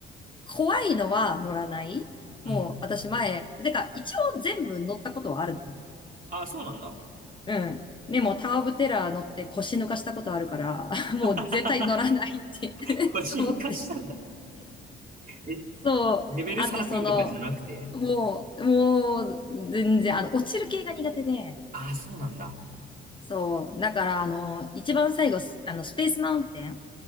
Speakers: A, on the left; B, on the right.
A: 怖いのは乗らない。
B: うん。
A: もう、私前、てか、一応全部乗ったことはあるんだよ。
B: ああ、そうなんだ。
A: うん。でも、タワー・オブ・テラー乗って腰抜かしたことあるから、<laughs> もう絶対乗らないって
B: <laughs>
A: <laughs>
B: 腰抜かしたんだ。
A: 思って。
B: え、
A: そう。
B: レベル13とかじゃなくて
A: あと、その、もう、もう、全然、あの、落ちる系が苦手で、
B: ああ、そうなんだ。
A: そう。だから、あの、一番最後、スあの、スペースマウンテン、